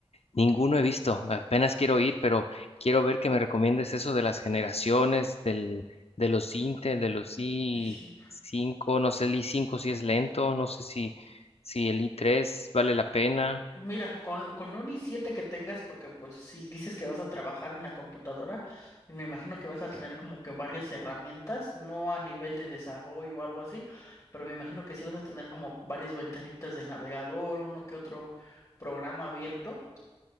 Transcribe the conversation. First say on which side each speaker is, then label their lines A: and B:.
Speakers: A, on the left; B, on the left.
A: Ninguno he visto, apenas quiero ir, pero quiero ver que me recomiendes eso de las generaciones, del, de los Intel, de los i5,
B: Sí, sí.
A: no sé el i5 si es lento, no sé si, si el i3 vale la pena.
B: Mira, con, con un i7 que tengas, porque pues si dices que vas a trabajar en la computadora, y me imagino que vas a tener como que varias herramientas, no a nivel de desarrollo o algo así, pero me imagino que sí vas a tener como varias ventanitas del navegador, uno que otro programa abierto.